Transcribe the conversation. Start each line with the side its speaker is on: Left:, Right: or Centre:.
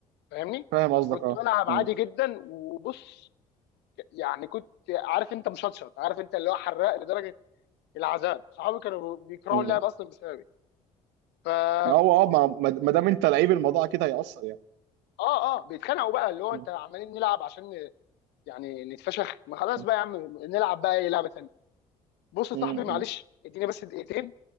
Left: فاهمني؟
Right: فاهم قصدك
Left: كنت
Right: اه
Left: بلعب
Right: مم.
Left: عادي جدا وبص يعني كنت عارف انت مشطشط عارف انت اللي هو حراق لدرجه العذاب صحابي كانوا بيكرهوا
Right: مم.
Left: اللعب اصلا بسببي فواحد
Right: ما هو اه ما ما ما دام انت لعيب الموضوع كده هيأثر يعني
Left: اه اه بيتخانقوا بقى اللي هو
Right: مم.
Left: انت عمالين نلعب عشان ن- يعني نتفشخ ما خلاص
Right: مم.
Left: بقى يا عم نلعب بقى اي لعبه تانيه بص يا
Right: مم.
Left: صاحبي معلش اديني بس دقيقتين